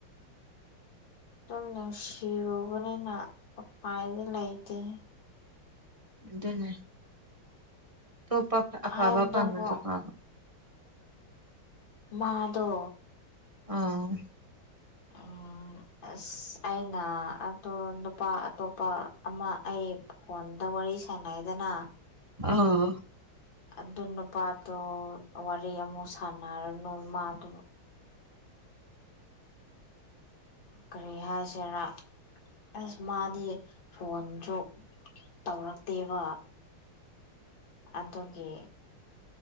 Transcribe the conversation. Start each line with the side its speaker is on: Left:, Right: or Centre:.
Left: ꯑꯗꯨꯝ ꯅꯁꯤꯔꯨꯕꯅꯦꯅ ꯎꯄꯥꯏꯗꯤ ꯂꯩꯇꯦꯍꯦ
Right: ꯑꯗꯨꯅꯦ ꯑꯇꯣꯞꯄꯥ ꯑꯐꯕ
Left: ꯍꯥꯏꯕꯗꯣꯀꯣ
Right: ꯐꯪꯉꯥꯁꯨ ꯄꯝꯕ
Left: ꯃꯥꯗꯣ
Right: ꯑꯥ
Left: ꯑꯥ ꯑꯁ ꯑꯩꯅ ꯑꯗꯣ ꯅꯨꯄꯥ ꯑꯇꯣꯞꯄ ꯑꯃ ꯑꯩ ꯐꯣꯟꯗ ꯋꯥꯔꯤ ꯁꯥꯟꯅꯩꯗꯅ
Right: ꯑꯥ
Left: ꯑꯗꯨ ꯅꯨꯄꯥꯗꯣ ꯋꯥꯔꯤ ꯑꯃꯨꯛ ꯁꯥꯟꯅꯔꯅꯨ ꯃꯥꯗꯣ ꯀꯔꯤ ꯍꯥꯏꯁꯤꯔꯥ ꯑꯁ ꯃꯥꯗꯤ ꯐꯣꯟꯁꯨ ꯇꯧꯔꯛꯇꯦꯕ ꯑꯗꯨꯒꯤ